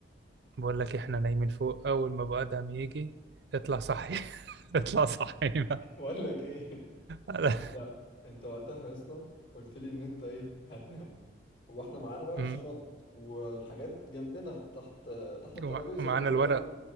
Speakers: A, on the right; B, on the left.
A: بقول لك احنا نايمين فوق اول ما ابو ادهم يجي اطلع صحي <laughs> اطلع صحينا
B: <laughs> بقول لك ايه
A: أنا-
B: انت انت وقتها يا اسطى قلت لي ان انت ايه هتنام واحنا معانا بقى
A: أمم.
B: شنط والحاجات جنبنا تحت تحت الترابيزة
A: ومع- ومعانا
B: اللي احنا قاعدين
A: الورق
B: عليها